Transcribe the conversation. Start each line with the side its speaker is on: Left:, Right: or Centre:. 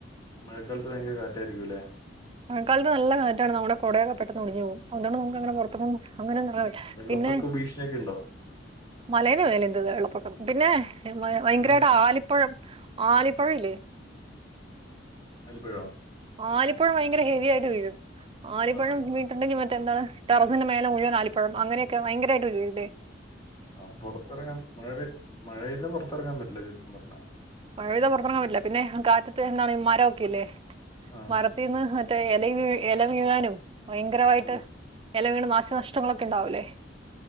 Left: മഴക്കാലത്ത് ഭയങ്കര കാറ്റായിരിക്കുംല്ലേ
Right: മഴക്കാലത്ത് നല്ല കാറ്റാ ണ് നമ്മുടെ കൊടെയക്കെ പെട്ടെന്ന് ഒടിഞ്ഞു പോവും അതോണ്ട് നമുക്ക് അങ്ങനെ
Left: ആ
Right: പുറത്ത് ക്കൊന്നും അങ്ങനെ <unintelligible>
Left: വെള്ളപ്പൊക്ക
Right: പിന്നെ
Left: ഭീഷണിയൊക്കെ ഉണ്ടോ
Right: മലേടെ മേലെന്തോന്ന് വെള്ളപ്പൊക്കം പിന്നെ മയ വയങ്കരായിട്ട്
Left: ആ
Right: ആലിപ്പഴം ആലിപ്പഴല്ലേ
Left: അലിപ്പഴോ
Right: ആലിപ്പഴം വയങ്കര ഹെവി ആയിട്ട് വീഴും ആലിപ്പഴം
Left: ആ ആ ആ
Right: വീണ് ട്ട്ണ്ടെങ്കി മറ്റേ എന്താണ് ടെറസിൻ്റെ മേലെ മുഴുവൻ ആലിപ്പഴം അങ്ങനെയൊക്കെ വയങ്കരായിട്ട് വീഴൂലേ
Left: ആ പൊറത്തെറങ്ങാൻ മഴപെയ് മഴെയ്ത പൊറത്തറങ്ങാൻ പറ്റില്ല ചുരുക്കം പറഞ്ഞാ
Right: മഴെയ്ത പൊറത്തെറങ്ങാൻ പറ്റില്ല പിന്നെ കാറ്റത്ത് എന്താണ് മരൊക്കെയില്ലേ
Left: ആ
Right: മരത്തീന്ന് മ റ്റേ എലയ് വീ എല വീഴാനും ഭയങ്കരാവായിട്ട്
Left: ആ
Right: എല വീണ് നാശനഷ്ടങ്ങളൊക്കെ ഇണ്ടാവൂല്ലേ